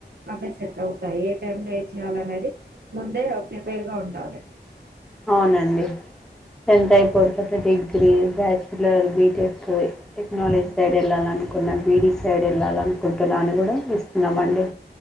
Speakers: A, on the right (about 60°); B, in the centre.
A: అవె సెట్ అవ్ తాయి ఏ టైమ్ లో ఏ చేయాలనేది. ముందే ప్రిపేరుగా ఉండాలి.
B: అవునండి టెన్త్ అయిపోన్ తత డిగ్రీ బ్యాచులర్ బీటెక్ టెక్నాలజ్
A: అవును
B: సైడ్ ఎళ్ళాలన్కున్న బీడీ సైడ్ ఎళ్ళాలన్కుంటున్నా అని కూడా ఇస్తున్నామండి.